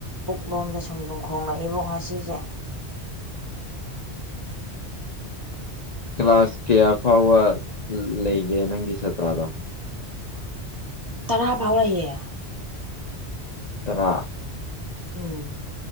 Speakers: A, on the right; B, on the left.
A: ꯄꯨꯛꯂꯣꯝꯗ ꯁꯨꯝ ꯁꯨꯝꯨꯝ ꯈꯣꯝꯡꯂꯛꯏꯕꯨꯡ ꯉꯁꯤꯁꯦ
B: ꯀ꯭ꯂꯥꯁ ꯀꯌꯥ ꯐꯥꯎꯕ ꯂꯩꯒꯦ ꯅꯪꯒꯤ ꯁꯥꯇ꯭ꯔꯥꯗꯣ
A: ꯇꯔꯥ ꯐꯥꯎꯔꯌꯦ
B: ꯇꯔꯥ
A: ꯎꯝ